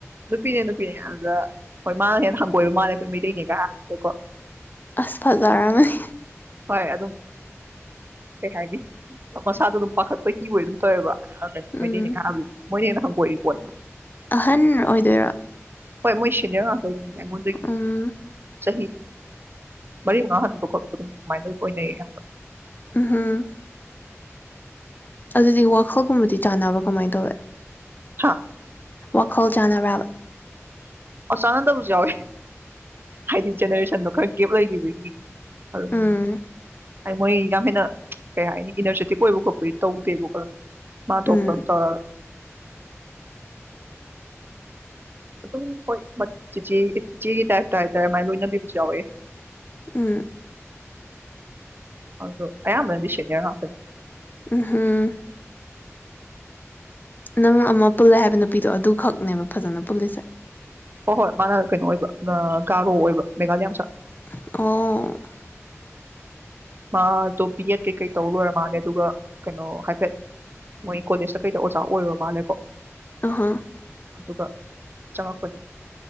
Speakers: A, on the right; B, on the left.
A: ꯅꯨꯄꯤꯅꯦ ꯅꯨꯄꯤꯅꯦ ꯑꯗꯨꯗ ꯍꯣꯏ ꯃꯥꯅ ꯍꯦꯟꯅ ꯍꯪꯒꯣꯏꯕ ꯃꯥꯜꯂꯦ ꯑꯩꯈꯣꯏ ꯃꯩꯇꯩꯅꯦꯒ ꯍꯥꯏꯕꯗꯨꯗꯀꯣ
B: ꯑꯁ ꯐꯖꯔꯝꯅꯤ
A: ꯍꯣꯏ ꯑꯗꯨꯝ ꯀꯩ ꯍꯥꯏꯅꯤ ꯃꯁꯥꯗꯨ ꯑꯗꯨꯝ ꯄꯥꯈꯠꯄ ꯀꯤ ꯑꯣꯏ ꯑꯗꯨꯝ ꯇꯧꯋꯦꯕ <unintelligible>
B: ꯎꯝ
A: ꯃꯣꯏꯅꯦꯟ ꯍꯉꯒꯣꯏꯔꯤꯄꯣꯠꯅꯤ
B: ꯑꯍꯟ ꯑꯣꯏꯗꯣꯏꯔꯣ
A: ꯍꯣꯏ ꯃꯣꯏ ꯁꯦꯅꯤꯌꯔ ꯉꯛꯇ ꯑꯣꯏꯗꯨ ꯑꯩꯉꯣꯟꯗꯒꯤ
B: ꯎꯝ
A: ꯆꯍꯤ ꯃꯔꯤ ꯃꯉꯥ ꯍꯟꯕ ꯈꯣꯠꯄ ꯑꯗꯨꯝ ꯑꯗꯨꯃꯥꯏꯅ ꯂꯣꯏ ꯑꯣꯏꯅꯩꯌꯦ ꯑꯌꯥꯝꯕ
B: ꯑꯝ ꯍꯨꯝ ꯑꯗꯨꯗꯤ ꯋꯥꯈꯜꯒꯨꯝꯕꯗꯤ ꯆꯥꯟꯅꯕ꯭ꯔꯥ ꯀꯃꯥꯏꯅ ꯇꯧꯋꯦ
A: ꯍꯥ
B: ꯋꯥꯈꯜ ꯆꯥꯟꯅꯕ꯭ꯔꯕ
A: ꯑ ꯆꯥꯟꯅꯗꯕꯁꯨ ꯌꯥꯎꯋꯦ ꯍꯥꯏꯗꯤ ꯖꯦꯅꯦꯔꯦꯁꯟꯗꯣ ꯈꯔ ꯒꯦꯞ ꯂꯩꯈꯤꯕꯒꯤ <unintelligible>
B: ꯎꯝ
A: ꯍꯥꯏ ꯃꯣꯏ ꯌꯥꯝ ꯍꯦꯟꯅ ꯀꯩ ꯍꯥꯏꯅꯤ <unintelligible> ꯑꯣꯏꯕ ꯈꯣꯠꯄꯗꯤ ꯇꯧꯗꯦꯕ ꯃꯥ
B: ꯎꯝ
A: ꯊꯣꯛꯄ ꯑꯝ ꯇꯧꯔꯔ <inaudible> ꯑꯗꯨꯝ ꯍꯣꯏ ꯃ ꯆꯤꯆꯦ ꯏꯆꯦꯒꯤ ꯇꯥꯏꯞꯇ ꯍꯥꯏꯇꯥꯔꯦ ꯃꯥꯏꯅ ꯂꯣꯏꯅꯕꯤꯕꯁꯨ ꯌꯥꯎꯋꯦ
B: <unintelligible>
A: ꯑꯗꯣ ꯑꯌꯥꯝꯕꯅꯗꯤ ꯁꯦꯅꯤꯌꯔ ꯉꯥꯛꯇꯅꯤ
B: <unintelligible> ꯅꯪ ꯑꯃ ꯄꯨꯜꯂꯦ ꯍꯥꯏꯕ ꯅꯨꯄꯤꯗꯣ ꯑꯗꯨꯈꯛꯅꯦꯕ ꯐꯖꯅ ꯄꯨꯜꯂꯤꯁꯦ
A: ꯍꯣꯏ ꯍꯣꯏ ꯃꯥꯅ ꯀꯩꯅꯣ ꯑꯣꯏꯕ ꯒꯥꯥꯔꯣ ꯑꯣꯏꯕ ꯃꯦꯘꯥꯂꯤꯌꯥ ꯃꯆꯥ
B: <unintelligible>
A: ꯃꯥꯗꯣ ꯕꯤ ꯑꯦꯗ ꯀꯩꯀꯩ ꯇꯧꯔꯨꯔ ꯃꯥꯜꯂꯦ ꯑꯗꯨꯒ ꯀꯩꯅꯣ ꯍꯥꯏꯐꯦꯠ ꯃꯣꯏ ꯀꯣꯂꯦꯖꯇ ꯀꯩꯗ ꯑꯣꯖꯥ ꯑꯣꯏꯔꯨꯔ ꯃꯥꯜꯂꯦꯀꯣ
B: ꯑꯍꯥ
A: ꯗꯨꯒ ꯆꯡꯉꯛꯄꯅꯦ